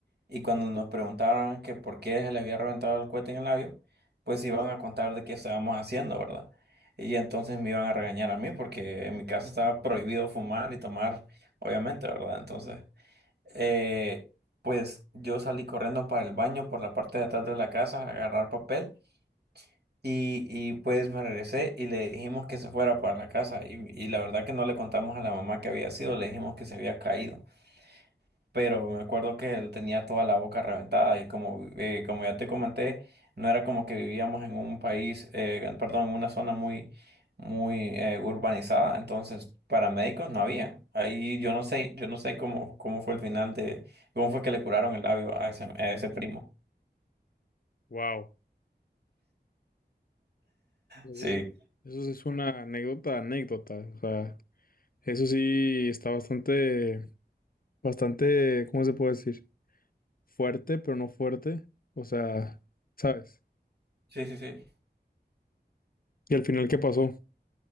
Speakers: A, on the right; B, on the left.
A: y cuando nos preguntaron que por qué se le había reventado el cohete en el labio, pues iban a contar de qué estábamos haciendo, ¿verdad? Y entonces me iban a regañar a mí porque en mi casa estaba prohibido fumar y tomar, obviamente, ¿verdad? Entonces, eh, pues yo salí corriendo para el baño por la parte de atrás de la casa a agarrar papel. Y, y pues me regresé y le dijimos que se fuera para la casa. Y, y la verdad que no le contamos a la mamá que había sido, le dijimos que se había caído. Pero me acuerdo que él tenía toda la boca reventada y como, eh, como ya te comenté, no era como que vivíamos en un país, eh, en- perdón, en una zona muy, muy eh, urbanizada. Entonces, paramédicos no había. Ahí yo no sé, yo no sé cómo, cómo fue el final de, cómo fue que le curaron el labio a ese, a ese primo.
B: Wow. Eso,
A: Sí.
B: es- eso sí es una anécdota, anécdota. O sea, eso sí está bastante, bastante, ¿cómo se puede decir? Fuerte, pero no fuerte. O sea, ¿sabes?
A: Sí, sí, sí.
B: Y al final, ¿qué pasó?